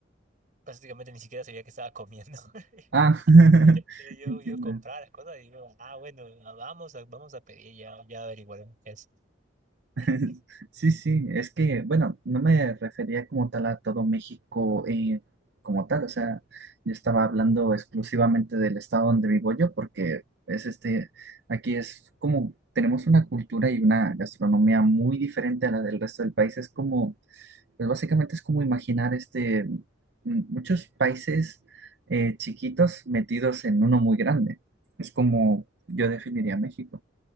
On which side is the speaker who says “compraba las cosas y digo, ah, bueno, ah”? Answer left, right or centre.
Right